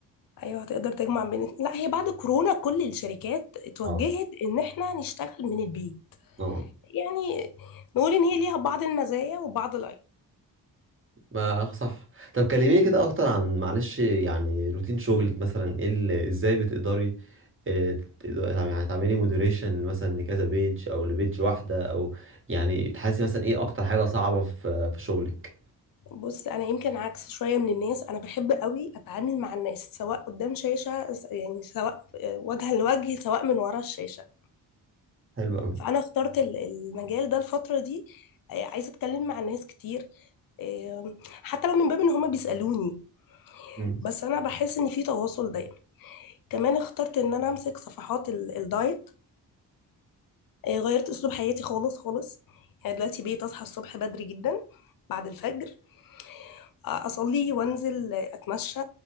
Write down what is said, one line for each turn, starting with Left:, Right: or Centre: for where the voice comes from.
Left: ايوه هتقدر تجمع بين لا هي بعد كورونا كل الشركات اتوجهت
Right: اه
Left: ان احنا نشتغل من البيت
Right: اه
Left: يعني نقول ان هي ليها بعض المزايا وبعض العيوب
Right: ما صح طب كلميني كده اكتر عن معلش يعني روتين شغلك مثلا ايه اللي ازاي بتقدري آه، تقدري تعم- يعني تعملي مودريشن مثلا لكذا بيج او لبيج واحده او يعني تحسي مثلا ايه اكتر حاجه صعبه في في شغلك
Left: بص انا يمكن عكس شويه من الناس انا بحب قوي اتعامل مع الناس سواء قدام شاشه س- يعني سواء آه، وجها لوجه سواء من ورا الشاشه
Right: حلو قوي
Left: فانا اخترت ال- المجال ده الفتره دي آه، عايزه اتكلم مع الناس كتير آم، حتى لو من باب ان هما بيسالوني
Right: مم.
Left: بس انا بحس ان في تواصل دايما كمان اخترت ان انا امسك صفحات ال- الدايت آه، غيرت اسلوب حياتي خالص خالص يعني دلوقتي بقيت اصحى الصبح بدري جدا بعد الفجر اصلي وانزل اتمشى